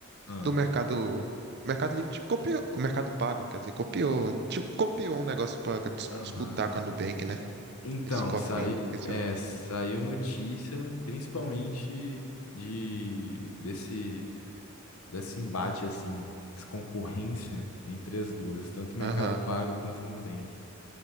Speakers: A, on the left (about 85°); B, on the right (about 50°).
A: Ah,
B: do Mercado. O Mercado Livre tipo, copiou. O Mercado Pago, não quer dizer, copiou. Tipo, copiou um negócio pra dis-
A: aham.
B: disputar com a Nubank, né?
A: Então,
B: Esse cofrinho
A: sai,
B: que vocês sabem.
A: é, saiu notícia, principalmente de desse, desse embate, assim, dessa concorrência entre as duas, tanto o Mercado
B: Aham.
A: Pago quanto o Nubank.